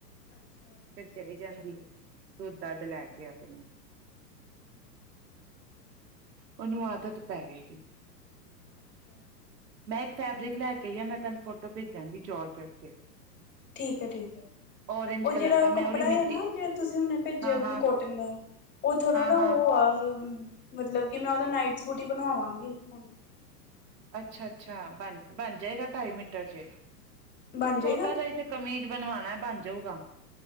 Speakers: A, on the left; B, on the right.
A: ਅੱਛਾ
B: ਫਿਰ ਚਲੀ ਜਾਂਦੀ ਆ, ਦੁੱਧ ਦੱਧ ਲੈ ਕੇ ਆਪਣੇ। ਉਹਨੂੰ ਆਦਤ ਪੈ ਗਈ ਦੀ
A: ਅੱਛਾ
B: ਮੈਂ ਇੱਕ ਫੈਬਰਿਕ ਲੈ ਕੇ ਆਈ ਆਂ, ਮੈਂ ਤੈਨੂੰ ਫੋਟੋ ਭੇਜਾਂਗੀ, ਜੋਰਜਟ ਚ।
A: ਠੀਕ ਹੈ ਠੀਕ ਹੈ,
B: ਔਰਂਜ
A: ਉਹ
B: ਕਲਰ
A: ਜਿਹੜਾ
B: ਦਾ ਮੈਂ
A: ਕੱਪੜਾ
B: ਉਹਦੀ ਮਿੱਡੀ
A: ਐ ਨਾ, ਜੇੜਾ ਤੁਸੀਂ ਹੁਣੇ ਭੇਜਿਆ
B: ਹਾਂ
A: ਮੈਨੂੰ,
B: ਹਾਂ
A: ਕੋਟਨ ਦਾ ਉਹ ਥੋੜਾ
B: ਹਾਂ
A: ਨਾ
B: ਹਾਂ
A: ਉਹ ਆ, ਮਤਲਬ ਕਿ ਮੈਂ ਉਹਦਾ ਨਾਈਟ ਸੂਟ ਹੀ ਬਣਵਾਵਾਂਗੀ ਹੁਣ।
B: ਅੱਛਾ ਅੱਛਾ, ਬਣ ਬਣ ਜਾਏਗਾ ਢਾਈ ਮੀਟਰ ਚ।
A: ਬਣ
B: ਛੋਟਾ
A: ਜਾਏਗਾ
B: ਜਿਹਾ ਹੀ, ਤੇ ਕਮੀਜ਼ ਬਣਵਾਣਾ, ਬਣ ਜਾਊਗਾ।